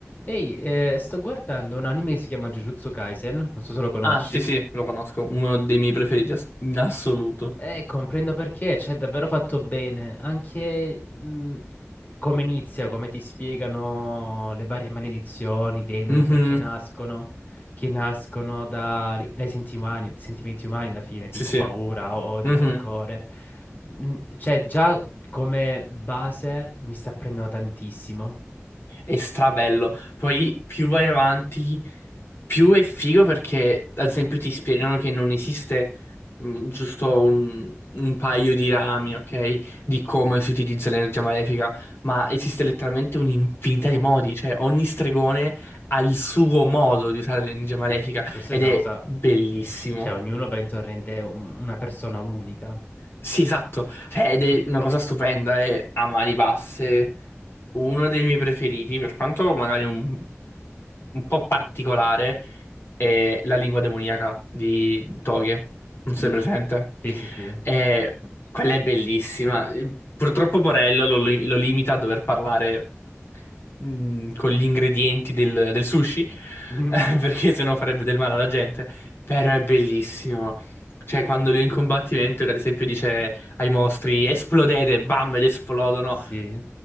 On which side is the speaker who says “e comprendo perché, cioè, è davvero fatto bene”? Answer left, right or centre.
Left